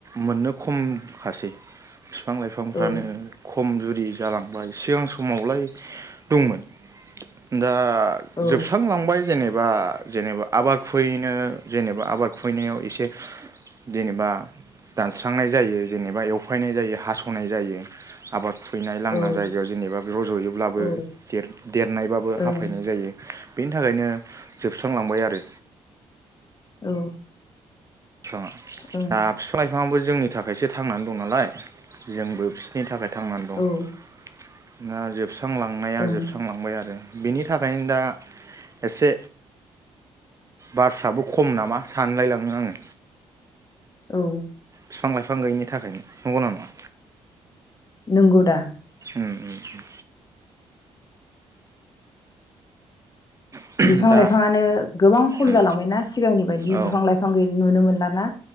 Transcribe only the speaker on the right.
मोननो खमखासै। बिफां लाइफांफ्रानो
खम जु। जालांबाय सिगां समावलाय दंमोन। दा
जोबस्रांलांबाय जेनेबा। जेनेबा आबाद खुयैनो जेनेबा आबाद। खुबैनायाव एसे जेनेबा दानस्रांनाय जायो जेनेबा एवफायनाय जायो हास'नाय जायो आबाद खु फैनाय लांदां
जायगायाव जेनेबा रज'योब्लाबो
दे देरनायबाबो
हाफायनाय जायो। बेनि थाखायनो। जोबस्रांलांबाय आरो।
बिफांङा ओ फिफां
बिफाङाबो जोंनि थाखायसो थांनानै दं नालाय जोंबो बिसोरनि थाखाय- थांनानै दं।
ना जो जोबस्रांलांनाया
जोबस्रांलांबाय आरो। बिनि थाखायनो दा एसे बारफ्राबो खम नामा सानलायलाङो आङो।
बिफां लाइफां गैयिनि थाखायनो नंगौना नङा?
उम उम। उम
दा
उम
औ